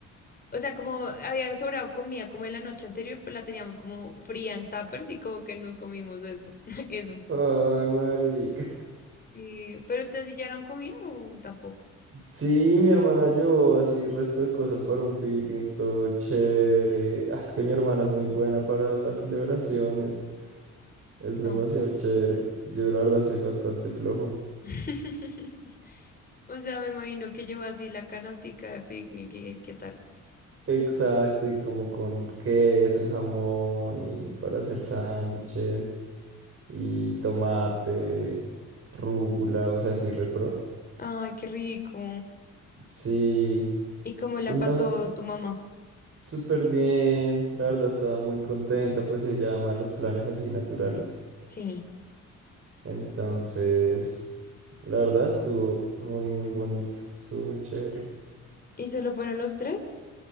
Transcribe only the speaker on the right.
Ay, marica.
Sí, mi hermana llevó así resto de cosas para un picnic, todo chévere. Ah, es que mi hermana es muy buena para las celebraciones. Es demasiado
chévere. Yo la verdad soy bastante flojo.
Exacto, y como con queso, jamón y para hacer sándwiches. y tomate, rúgula, o sea, así repro.
Sí,
y no,
súper bien. La verdad estaba muy contenta, pues se llama los planes así naturales.
Entonces, la verdad estuvo muy, muy bonito, estuvo muy chévere.